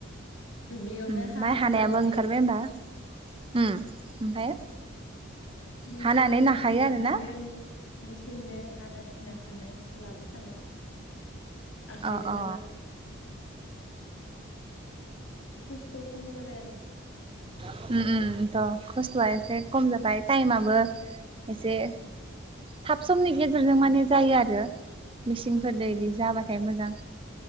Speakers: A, on the left (about 75°); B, on the right (about 25°).
A: दुब्लियावनो
B: उम
A: हानानै
B: माइ हानायाबो
A: लाबोखायो
B: ओंखारबाय होमबा? उम ओमफाय?
A: नैथिं
B: हानानै नाखायो आरोना
A: इदिनो मेचिनदो हानानै नाखानाय लाबोखानाय। आखायदो
B: अ अ
A: हाला। खस्थ' खम जाबाय आर'।
B: उम उम एनथ' खस्थ'आ एसे खम जाबाय टाइमाबो एसे थाब समनि गेजेरजों
A: उम
B: माने जायो आरो मेसिंफोरदो
A: उम
B: इदि जाबा थाय मोजां